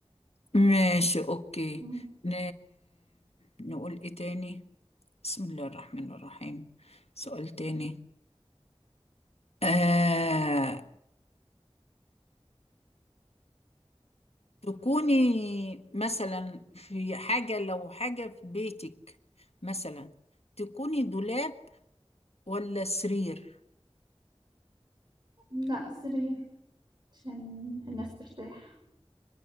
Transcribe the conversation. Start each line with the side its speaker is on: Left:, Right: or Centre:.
Left: ماشي اوكي
Right: أمم.
Left: ن... نقول ايه تاني بسم الله الرحمن الرحيم سؤال تاني آه... تكوني مثلا في حاجة لو حاجة في بيتك مثلا تكوني دولاب ولا سرير
Right: لا السرير عشان الناس ترتاح